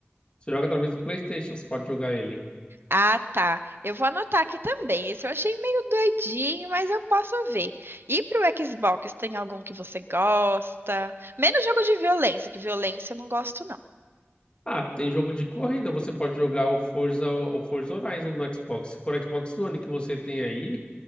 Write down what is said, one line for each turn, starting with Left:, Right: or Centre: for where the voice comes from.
Left: Você joga através do PlayStation, você pode jogar ele.
Right: Ah, tá. Eu vou anotar aqui também. Esse eu achei meio doidinho, mas eu posso ver. E pro Xbox, tem algum que você gosta? Menos jogo de violência, que violência eu não gosto, não.
Left: Ah, tem jogo de corrida, você pode jogar o Forza, o Forza Horizon no Xbox. Se for Xbox One que você tem aí,